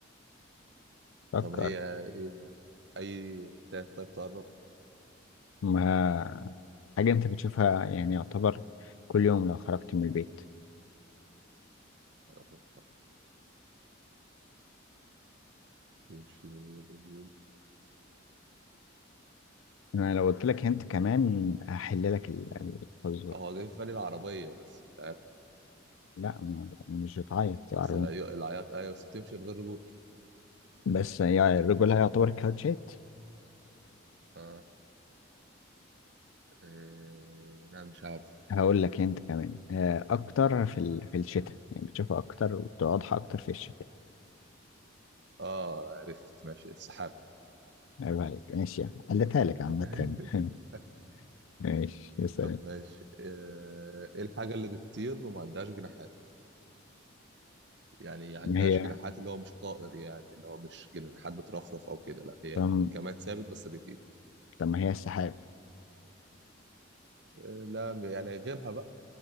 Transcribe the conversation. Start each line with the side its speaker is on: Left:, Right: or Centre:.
Left: فكر
Right: طب هي ايه طيب؟ اي تاك طيب تقرب
Left: ما حاجة انت بتشوفها يعني يعتبر كل يوم لو خرجت من البيت
Right: أقرب تمشي من غير رجول
Left: انا لو قلت لك انت كمان هحل لك ال- الفزورة
Right: هو جاي في بالي العربية بس مش عارف
Left: لا ما- مش بتعيط العربية
Right: بس العي- العياط أيوة بس بتمشي من غير رجول
Left: بس يعني الرجولة هيعتبر كاوتشات
Right: اه إيه... لا مش عارف
Left: هقول لك انت كمان آه، اكتر في ال... في الشتاء يعني بتشوفها اكتر وبتبقى واضحة اكتر في الشتاء
Right: اه عرفت ماشي السحاب
Left: عيب عليك ماشي يعني قلتها لك
Right: <laughs>
Left: عامة <laughs> ماشي يا سلام
Right: طب ماشي آه، ايه الحاجة اللي بتطير وما عندهاش جناحات يعني عندهاش
Left: ما هي
Right: جناحات اللي هو مش طائر يعني اللي هو مش جناحات بترفرف او كده لا هي
Left: طب
Right: الجماد ثابت بس بيطير
Left: طب ما هي السحاب <laughs>
Right: آه، لا يعني غيرها بقى